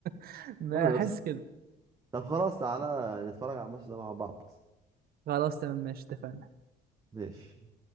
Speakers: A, on the right; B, on the right.
A: <laughs> بحس
B: انا يا اسطى
A: كده
B: طب خلاص تعالى نتفرج على الماتش ده مع بعض
A: خلاص تمام ماشي اتفقنا
B: ماشي